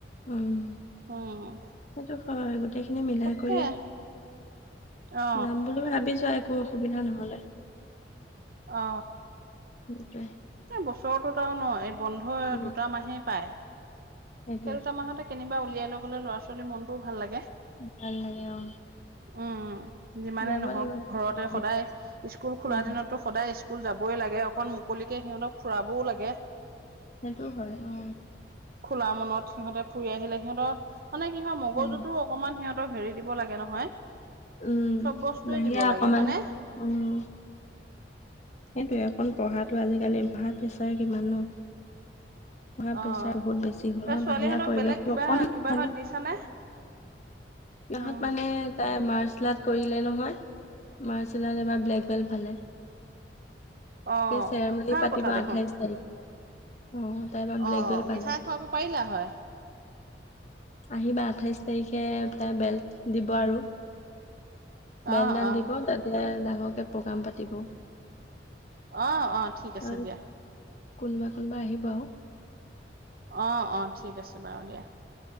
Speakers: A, on the left (about 40°); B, on the right (about 55°).
A: উম।
B: উম
A: সেইটো হয় গোটেই খিনি মিলাই
B: তাকে
A: কৰি
B: অ
A: যাম বুলিও ভাবিছো একো অসুবিধা নহ'ল
B: অ
A: সেইটোৱে
B: এই বছটোত আও ন এই বন্ধ
A: উম,
B: দুটা মাহেই পায়
A: সেইটোৱে
B: সেই দুটা মাহতে কেনিবা উলিয়াই লৈ গ'লে ল'ৰা ছোৱালীৰ মনটোও ভাল লাগে
A: ভাল লাগে অ
B: উম যিমানে
A: যাব
B: নহওক
A: লাগিব তেনেকে
B: ঘৰতে
A: ভাবি
B: সদায়
A: থৈছো
B: স্কুল খোলা
A: উম,
B: দিনতো সদায় স্কুল যাবই লাগে অকণ মুকলিকে সিহঁতক ফুৰাবও লাগে
A: সেইটোও হয় অ
B: খোলা মনত সিহঁতে ফুৰি আহিলে সিহঁতৰ মানে কি হয় মগজুটো
A: উম,
B: অকমান সিহঁতক হেৰি দিব লাগে নহয়
A: উম
B: চব বস্তুৱে
A: বাহিৰা
B: দিব লাগে
A: অকমান
B: হয়নে
A: উম সেইটোয়ে অকণ পঢ়াটো আজিকালি ভাৱ প্ৰেছাৰ কিমান ন পঢ়া
B: অ
A: প্ৰেছাৰ বহুত বেছি হ'ল
B: তই ছোৱালীহঁতক
A: বাহিৰা পৰিৱেশটো
B: বেলেগ কিবা
A: অকণমান
B: কিবাহত
A: চালে
B: দিছানে
A: সিহঁত
B: উম
A: মানে তাই মাৰ্চেল আৰ্ট কৰিলে নহয় মাৰ্চেল আৰ্ট এবাৰ ব্লেক বেল্ট ফালে
B: অহ
A: চেৰেমনী
B: ভাল
A: পাতিব
B: কথা দেখোন
A: আঠাইছ তাৰিখে অ তাই এবাৰ ব্লেক
B: অহ
A: বেল্ট পালে
B: মিঠাই খোৱাব পাৰিলা হয়
A: আহিবা আঠাইশ তাৰিখে
B: উম
A: তাই বেল্ট দিব আৰু বেলডাল
B: অ অ
A: দিব তাতে ডাঙৰকে প্ৰগ্ৰাম পাতিব
B: অ অ ঠিক আছে
A: আৰু
B: দিয়া
A: কোনোবা কোনোবা আহিব আও
B: অ অ ঠিক আছে বাৰু দিয়া